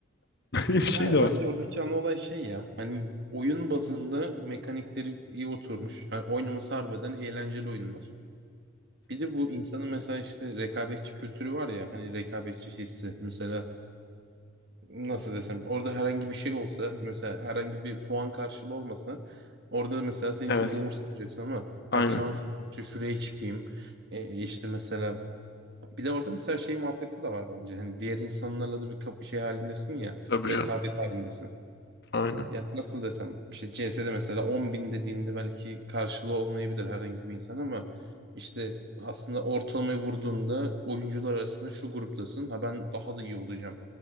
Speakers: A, on the left; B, on the right.
A: <laughs> Böyle bir şey
B: Ya
A: de var.
B: bence oradaki ana olay şey ya. Hani oyun bazında mekanikleri iyi oturmuş. Hani oynaması harbiden eğlenceli oyunlar. Bir de bu insanın mesela işte rekabetçi kültürü var ya. Hani rekabetçi hissi. Mesela nasıl desem orada herhangi bir şey olsa mesela herhangi bir puan karşılığı olmasa orada da mesela seni
A: Evet,
B: çok umursamayacaksın ama
A: aynen.
B: bak şu an şu, şu- şuraya çıkayım E, işte mesela bir de orada mesela şey muhabbeti de var bence hani diğer insanlarla da bir kapı şey halindesin ya
A: Tabii
B: rekabet
A: canım.
B: halindesin.
A: Aynen.
B: Yani nasıl desem işte C CS'de mesela 10 bin dediğinde belki karşılığı olmayabilir herhangi bir insan ama işte aslında ortalamayı vurduğunda oyuncular arasında şu gruptasın ha ben daha da iyi olacağım.